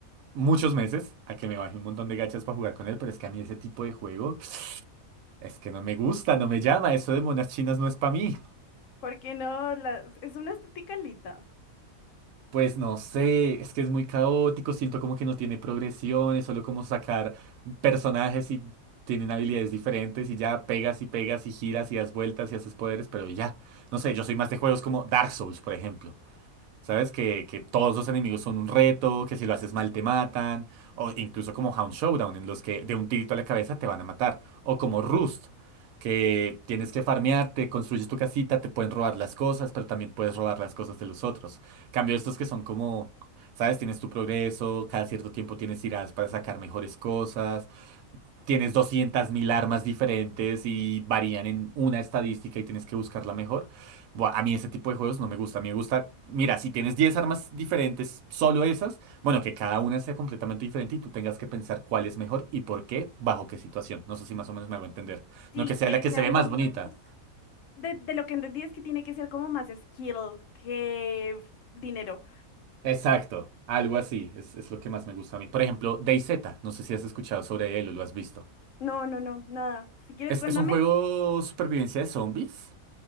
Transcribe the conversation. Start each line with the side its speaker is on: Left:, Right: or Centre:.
Right: muchos meses a que me baje un montón de gachas para jugar con él, pero es que a mí ese tipo de juego es que no me gusta, no me llama, eso de monas chinas no es para mí.
Left: Porque no, La- es una estética linda.
Right: Pues no sé, es que es muy caótico, siento como que no tiene progresión, es solo como sacar personajes y tienen habilidades diferentes y ya pegas y pegas y giras y das vueltas y haces poderes, pero ya. No sé, yo soy más de juegos como Dark Souls, por ejemplo. ¿Sabes? Que, que todos los enemigos son un reto, que si lo haces mal te matan, o incluso como Hound Showdown, en los que de un tirito a la cabeza te van a matar, o como Rust, que tienes que farmearte, construyes tu casita, te pueden robar las cosas, pero también puedes robar las cosas de los otros. Cambio estos que son como, ¿sabes? Tienes tu progreso, cada cierto tiempo tienes tiradas para sacar mejores cosas, tienes 200.000 armas diferentes y varían en una estadística y tienes que buscar la mejor. Buah, a mí ese tipo de juegos no me gusta. A mí me gusta, mira, si tienes 10 armas diferentes, solo esas, bueno, que cada una sea completamente diferente y tú tengas que pensar cuál es mejor y por qué, bajo qué situación. No sé si más o menos me hago entender.
Left: Sí,
Right: No que sea
Left: que
Right: la que
Left: sea
Right: se
Left: algo
Right: ve más
Left: más.
Right: bonita.
Left: De, de lo que entendí es que tiene que ser como más skill que dinero.
Right: Exacto, algo así, es, es lo que más me gusta a mí. Por ejemplo, DayZ, no sé si has escuchado sobre él o lo has visto.
Left: No, no, no, nada. Si quieres,
Right: Es,
Left: cuéntame.
Right: es un juego supervivencia de zombies